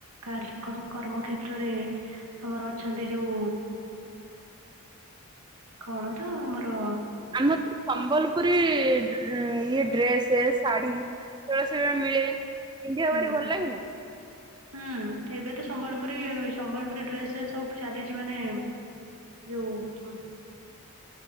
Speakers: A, on the right (about 80°); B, on the right (about 20°).
A: କାର କଣ କର୍ମ କ୍ଷେତ୍ର ରେ। ଆମର ଅଛନ୍ତି ଯୋଉ କଣ ତ ଆମର
B: ଆମର ତ ସମ୍ବଲପୁରୀ ଇଏ ଡ୍ରେସେ ଶାଢୀ ସେଗୁଡା ସବୁ ମିଳେ ପିନ୍ଧିବାକୁ
A: ହୁଁ
B: ଭାରି ଭଲ ଲାଗେ ନା।
A: ହୁଁ ଏବେ ତ ସମ୍ବଲପୁରୀ ସମ୍ବଲପୁରୀ ଡ୍ରେସ ସବୁ ଚାଲିଛି ମାନେ ଯୋଉ